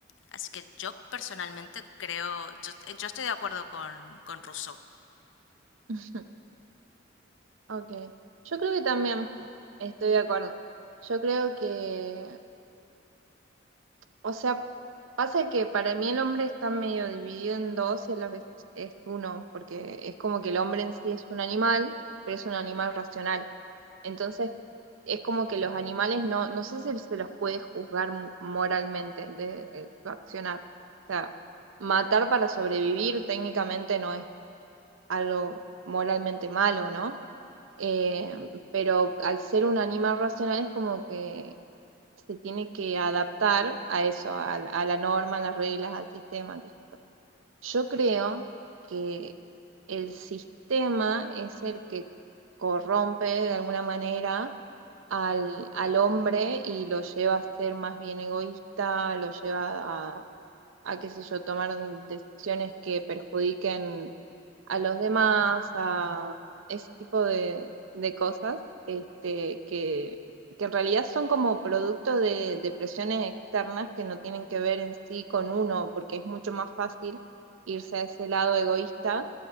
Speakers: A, on the left; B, on the right.
A: Así que yo personalmente creo, yo, yo estoy de acuerdo con, con Rousseau.
B: <laughs> Ok, yo creo que también estoy de acuerdo. Yo creo que O sea, pasa que para mí el hombre está medio dividido en dos y a la vez es uno, porque es como que el hombre en sí es un animal, pero es un animal racional. Entonces, es como que los animales no, no sé si se los puede juzgar mo- moralmente de, eh, su accionar. O sea, matar para sobrevivir técnicamente no es algo moralmente malo, ¿no? Eh, pero al ser un animal racional es como que se tiene que adaptar a eso, a, a la norma, a las reglas, al sistema. Yo creo que el sistema es el que corrompe de alguna manera al, al hombre y lo lleva a ser más bien egoísta, lo lleva a, a qué sé yo, tomar decisiones que perjudiquen a los demás, a ese tipo de, de cosas, este, que, que en realidad son como producto de, de presiones externas que no tienen que ver en sí con uno, porque es mucho más fácil irse a ese lado egoísta,